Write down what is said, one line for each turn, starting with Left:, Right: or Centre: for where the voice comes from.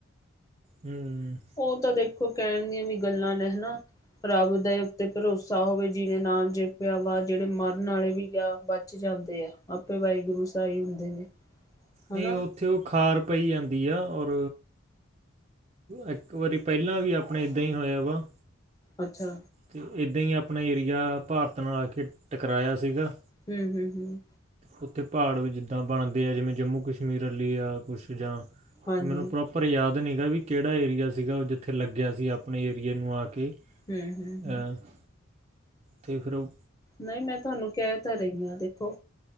Right: ਹੂੰ,,,
Left: ਓਹ ਤਾਂ ਦੇਖੋ ਕਹਿਣ ਦੀਆਂ ਵੀ ਗੱਲਾਂ ਨੇ ਹਣਾ ਰੱਬ ਦੇ ਉੱਤੇ ਭਰੋਸਾ ਹੋਵੇ। ਜਿੰਨੇ ਨਾਮ ਜਪਿਆ ਵਾਜ ਜਿਹੜੇ ਮਰਨ ਵਾਲੇ ਵੀ ਆ ਬਚ ਜਾਂਦੇ ਆ ਆਪੇ ਵਾਹਿਗੁਰੂ ਸਾਹੀ ਹੁੰਦੇ ਨੇ। ਹਨਾ
Right: ਨਹੀਂ ਉੱਥੇ ਉਹ ਖਾਰ ਪਈ ਜਾਂਦੀ ਆ ਔਰ। ਇੱਕ ਵਾਰੀ ਪਹਿਲਾਂ ਵੀ ਆਪਣੇ ਏਦਾਂ ਹੀ ਹੋਇਆ ਵਾ।
Left: ਅੱਛਾ।
Right: ਤੇ ਏਦੇ ਹੀ ਆਪਣਾ ਏਰੀਆ ਭਾਰਤ ਨਾਲ ਆ ਕੇ ਟਕਰਾਇਆ ਸੀਗਾ।
Left: ਹੂੰ-ਹੂੰ-ਹੂੰ
Right: ਉੱਥੇ ਪਹਾੜ ਵੀ ਜਿੱਦਾਂ ਬਣਦੇ ਆ ਜਿਵੇਂ ਜੰਮੂ ਕਸ਼ਮੀਰ ਵਾਲੀ ਆ ਕੁਛ ਜਾਂ।
Left: ਹਾਂਜੀ
Right: ਮੈਨੂੰ ਪ੍ਰੋਪਰ ਯਾਦ ਤਾ ਨੀਂ ਗਾ ਵੀ ਕਿਹੜਾ ਏਰੀਆ ਸੀਗਾ ਉਹ ਜਿੱਥੇ ਲੱਗਿਆ ਸੀ ਆਪਣੇ ਏਰੀਏ ਨੂੰ ਆ ਕੇ। <unintelligible>
Left: ਹੂੰ ਹੂੰ ਹੂੰ
Right: ਤੇ ਫਿਰ ਓ
Left: ਨਹੀਂ ਮੈਂ ਤੁਹਾਨੂੰ ਕਿਆ ਤਾਂ ਰਹੀ ਹਾਂ ਦੇਖੋ